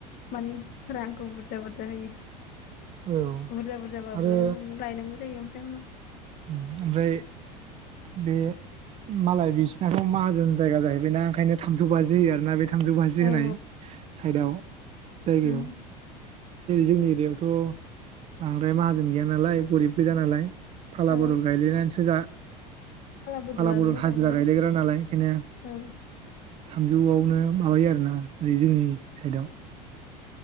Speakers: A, on the left (about 45°); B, on the right (about 30°).
A: मानि रांखौ बुरजा बुरजा होयो।
B: औ
A: बुरजा बुरजाबाबो
B: आरो
A: माने लायनांगौ जायो। ओमफ्राय उनाव।
B: ओमफ्राय बे मालाय बिसिनाथ' माहाजोन जायगा जाहैबायना ओंखायनो थामजौ बाजि होयो आरोना बे। थामजौ बाजि
A: औ
B: होनाय साइदआव जायगायाव
A: औ
B: जोंनि एरियाव' द आं। ओमफ्राय माहाजोन गैया नालाय गोरिब। बेजा नालाय फाला
A: औ
B: बदल गायलायनानैसो जा
A: बदलानो
B: फाला बदल
A: मोजांलै
B: हाजिरा गायलायग्रा नालाय ओंखायनो।
A: औ
B: थामजौआवनो माबायो आरोना ओरै जोंनि साइदआव।